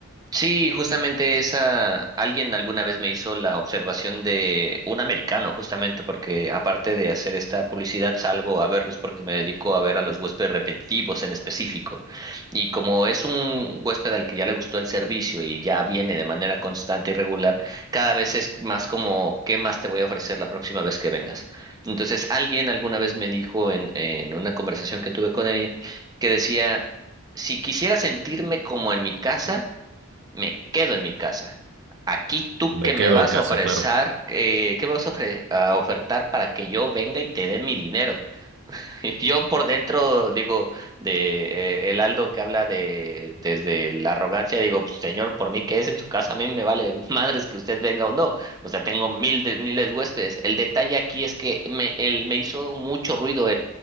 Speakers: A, on the right (about 15°); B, on the right (about 55°).
A: Sí, justamente esa, alguien alguna vez me hizo la observación de un americano, justamente porque aparte de hacer esta publicidad salgo a verlos porque me dedico a ver a los huéspedes repetitivos en específico. Y como es un huésped al que ya le gustó el servicio y ya viene de manera constante y regular, cada vez es más como, ¿qué más te voy a ofrecer la próxima vez que vengas? Entonces, alguien alguna vez me dijo en, en una conversación que tuve con ella que decía, si quisiera sentirme como en mi casa, me quedo en mi casa. Aquí tú
B: Me
A: que me
B: quedo
A: vas
B: en casa,
A: a ofrecer,
B: claro.
A: eh, ¿qué me vas a, ofre- a ofertar para que yo venga y te dé mi dinero? <laughs> Yo por dentro digo, de eh, el Aldo que habla de desde la arrogancia, digo, "Pues, señor, por mí que es en su casa, a mí me vale <laughs> madres que usted venga o no. O sea, tengo mil de, miles de huéspedes. El detalle aquí es que me, él me hizo mucho ruido